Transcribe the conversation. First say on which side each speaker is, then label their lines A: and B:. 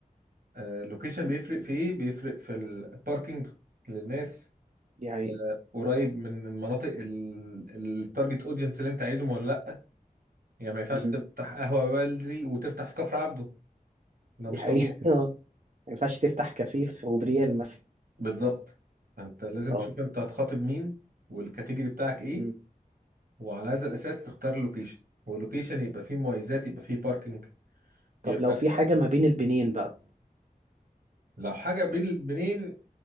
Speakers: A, on the right (about 70°); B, on the right (about 55°).
A: آه، اللوكيشن بيفرق في ايه بيفرق في الباركينج للناس
B: دي حقيقة
A: آه، قريب من المناطق التارجت اودينس اللي انت عايزهم ولا لا يعني ما ينفعش
B: مم.
A: تفتح قهوه بلدي وتفتح في كفر عبده ده
B: دي
A: مش
B: حقيقة
A: طبيعي
B: <laughs> اه ما ينفعش تفتح كافيه في غبريال مثلا
A: بالظبط فانت لازم
B: اه
A: تشوف انت هتخاطب مين والكاتيجوري بتاعك ايه
B: مم.
A: وعلى هذا الاساس تختار اللوكيشن واللوكيشن يبقى فيه مميزات يبقى فيه باركينج
B: طب
A: يبقى
B: لو في حاجة ما بين البنين بقى
A: لو حاجه بين البنين